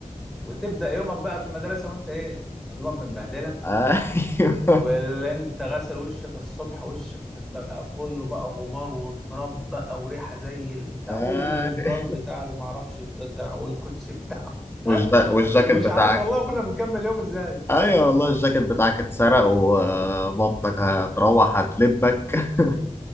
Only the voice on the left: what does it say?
ايوه
أيوة.
والجا- والجاكيت
بتاعك
ايوه والله الجاكيت بتاعك اتسرق ومامتك هتروح هتلبك <laughs>